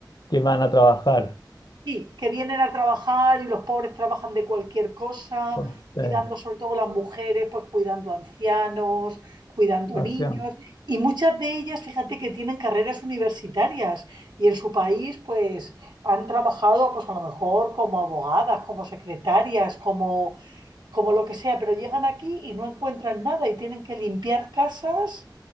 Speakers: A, on the left; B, on the right.
A: que van a trabajar.
B: Sí, que vienen a trabajar y los pobres trabajan de cualquier cosa,
A: Pues, eh,
B: cuidando sobre todo las mujeres, pues cuidando ancianos, cuidando
A: hacían.
B: niños. Y muchas de ellas, fíjate que tienen carreras universitarias y en su país, pues han trabajado, pues a lo mejor como abogadas, como secretarias, como como lo que sea, pero llegan aquí y no encuentran nada y tienen que limpiar casas